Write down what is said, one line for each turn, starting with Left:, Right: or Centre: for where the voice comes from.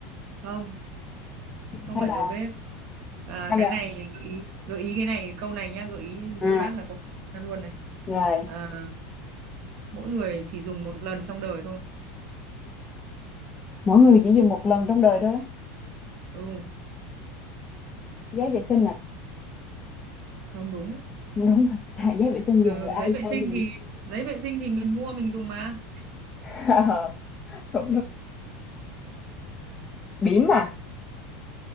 Right: không không
Left: hay
Right: phải
Left: là
Right: đầu bếp à,
Left: hay
Right: cái
Left: là
Right: này gợi ý gợi ý cái này câu này nhá gợi ý
Left: à
Right: một phát là có ra luôn này
Left: rồi
Right: à, mỗi người chỉ dùng một lần trong đời thôi
Left: mỗi người chỉ dùng một lần trong đời thôi
Right: ừ
Left: giấy vệ sinh à
Right: không đúng
Left: không đúng <laughs> à tại giấy vệ sinh
Right: ừ,
Left: dùng rồi ai
Right: giấy vệ
Left: ai
Right: sinh
Left: dùng
Right: thì giấy vệ sinh thì mình mua mình dùng mà
Left: <laughs> Ờ, cũng đúng. bỉm à